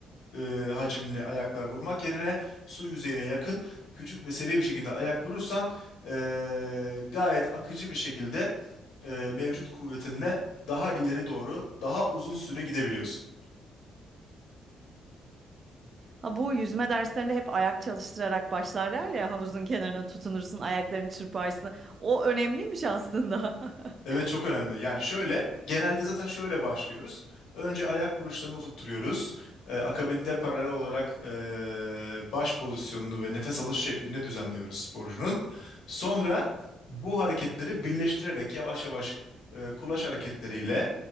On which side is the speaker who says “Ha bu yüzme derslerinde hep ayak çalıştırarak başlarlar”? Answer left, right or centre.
Right